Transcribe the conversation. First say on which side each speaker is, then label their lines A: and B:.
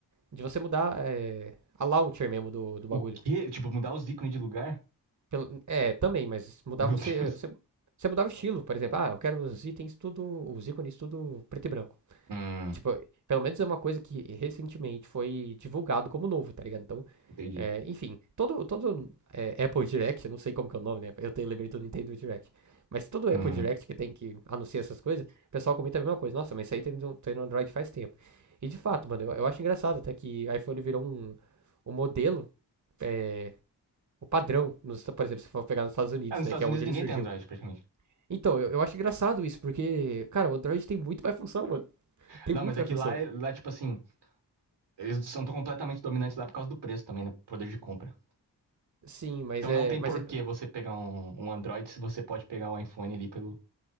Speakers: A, on the right (about 45°); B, on the right (about 80°).
A: de você mudar eh, a launcher mesmo do, do bagulho.
B: O quê? Tipo, mudar os ícones de lugar?
A: Pelo- é, também, mas mudar
B: <laughs> Meu
A: você,
B: Deus.
A: você. Você mudava o estilo, por exemplo. Ah, eu quero os itens tudo. Os ícones tudo preto e branco.
B: Hum,
A: Tipo, pelo menos é uma coisa que recentemente foi divulgado como novo, tá ligado? Então,
B: entendi.
A: é, enfim, todo, todo é, Apple Direct, eu não sei como que é o nome, né? Eu tenho lembrei do Nintendo Direct. Mas todo
B: Hum.
A: Apple Direct que tem que anunciar essas coisas, o pessoal comenta a mesma coisa. Nossa, mas isso aí tem no, tem no Android faz tempo. E de fato, mano, eu, eu acho engraçado até que iPhone virou um, um modelo, é, o padrão, nos, por exemplo, se for pegar nos Estados Unidos,
B: Ah, nos
A: né?
B: Estados
A: Que é
B: Unidos
A: onde
B: ninguém
A: ele surgiu.
B: tem Android, praticamente.
A: Então, eu, eu acho engraçado isso, porque, cara, o Android tem muito mais função, mano. Tem
B: Não,
A: muito
B: mas
A: mais
B: é que
A: função.
B: lá, lá tipo assim, eles são tão completamente dominantes lá por causa do preço também, né? Poder de compra.
A: Sim, mas
B: Então
A: é.
B: não tem
A: Mas
B: por
A: é-
B: que você pegar um, um Android se você pode pegar um iPhone ali pelo